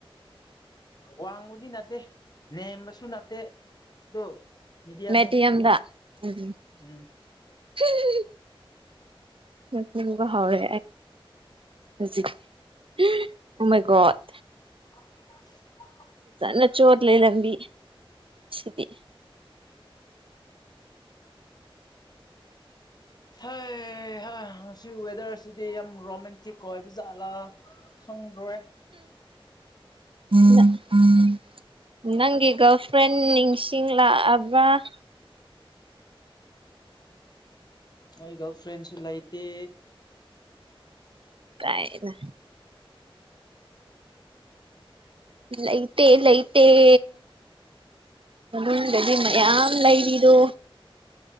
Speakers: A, on the left; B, on the right.
A: ꯋꯥꯡꯃꯗꯤ ꯅꯠꯇꯦ ꯅꯦꯝꯕꯁꯨ ꯅꯠꯇꯦ ꯑꯗꯨꯣ ꯃꯤꯗꯤꯌꯥꯅꯤ
B: ꯃꯦꯗꯤꯌꯝꯗ ꯎꯝ
A: ꯎꯝ
B: <unintelligible> ꯕ ꯍꯧꯥꯎꯔꯦ ꯍꯧꯖꯤꯃꯩꯒꯠ
A: <unintelligible>
B: ꯅ ꯆꯣꯠ ꯂꯩ ꯂꯝꯕꯤ ꯁꯤꯗꯤ
A: ꯍ ꯍ ꯁꯤ ꯋꯦꯗꯔꯁꯤꯗꯤ ꯌꯥꯝ ꯔꯣꯃꯦꯟꯇꯤꯛ ꯀꯣꯏꯕꯨꯖꯥꯠꯂꯥ ꯁꯪꯗ꯭ꯔꯣꯔꯦ
B: ꯎꯝꯝ ꯒꯥꯔꯜꯐ꯭ꯔꯦꯟ ꯅꯤꯡꯁꯤꯡꯂꯛꯑꯕ
A: ꯑꯩ ꯒꯜ ꯐ꯭ꯔꯦꯟꯁꯨ ꯂꯥꯏꯇ
B: ꯀꯥꯏꯅ ꯂꯩ ꯂꯩꯇꯦ ꯂꯩ ꯂꯩꯇꯦ ꯃ ꯑꯗꯨꯗꯤ ꯃꯌꯥꯝꯌꯥꯝ ꯂꯩꯔꯤꯗꯣ